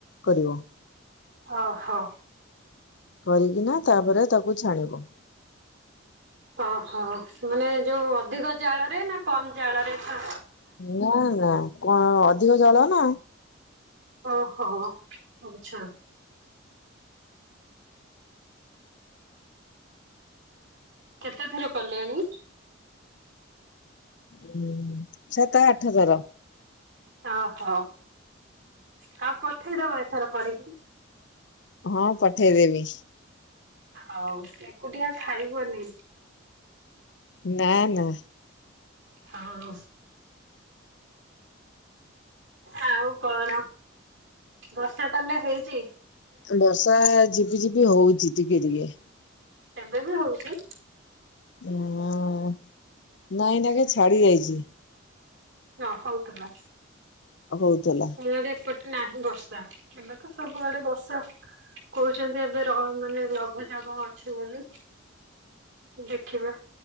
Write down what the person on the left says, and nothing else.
କରିବ।
କରିକିନା ତାପରେ ତାକୁ ଛାଣିବ।
ନା ନା କ ଅଧିକ ଜାଳନା।
ହୁଁ ସାତ ଆଠ ଥର।
ହଁ ପଠେଇଦେବି।
ନା ନା।
ବର୍ଷା ଝିପି ଝିପି ହଉଚି ଟିକେ ଟିକେ।
ଉଁ ନାଇଁ ଏଇନାକେ ଛାଡ଼ି ଯାଇଚି।
ହଉଥେଲା।